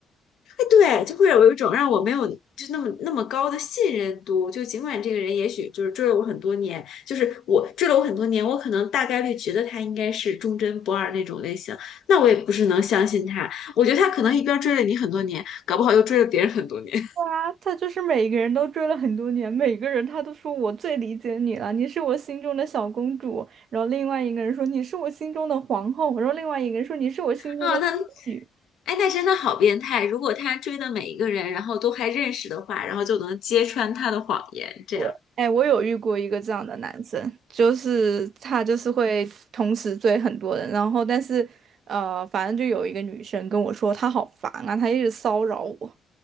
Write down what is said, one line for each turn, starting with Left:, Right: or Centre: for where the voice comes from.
Left: 哎，对，就会有一种让我没有。就那么那么高的信任度，就尽管这个人也许就是追了我很多年，就是我追了我很多年，我可能大概率觉得他应该是忠贞不二那种类型，那我也不是能相信他。我觉得他可能一边追了你很多年，搞不好又追了别人很多年。
Right: 啊，他就是每个人都追了很多年，每个人他都说我最理解你了，你是我心中的小公主。然后另外一个人说你是我心中的皇后，然后另外一个人说你是我心中的仙女。
Left: 啊，那哎，那真的好变态！如果他追的每一个人，然后都还认识的话，然后就能揭穿他的谎言，这样。
Right: 我，哎，我有遇过一个这样的男生，就是他就是会同时追很多人，然后但是呃，反正就有一个女生跟我说她好烦啊，她一直骚扰我。